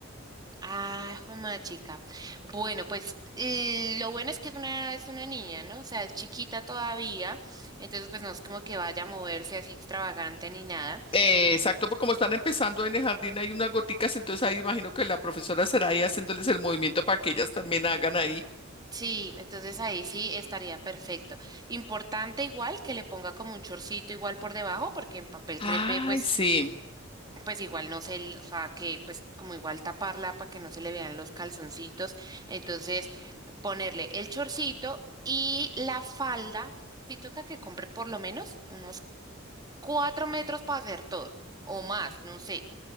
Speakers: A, on the right; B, on the left.
A: Ah, de chica. Bueno, pues eh, lo bueno es que es una, es una niña, ¿no? O sea, es chiquita todavía. Entonces, pues no es como que vaya a moverse así extravagante ni nada.
B: Eh, exacto, pues como están empezando en el jardín hay unas goticas, entonces ahí imagino que la profesora será ahí haciéndoles el movimiento para que ellas también hagan ahí.
A: Sí, entonces ahí sí estaría perfecto. Importante igual que le ponga como un chorcito igual por debajo, porque en papel
B: Ay,
A: crepe, pues
B: sí.
A: pues igual no se, l- o sea, que pues como igual taparla para que no se le vean los calzoncitos. Entonces, ponerle el chorcito y la falda, si toca que compre por lo menos unos cuatro metros para hacer todo, o más, no sé,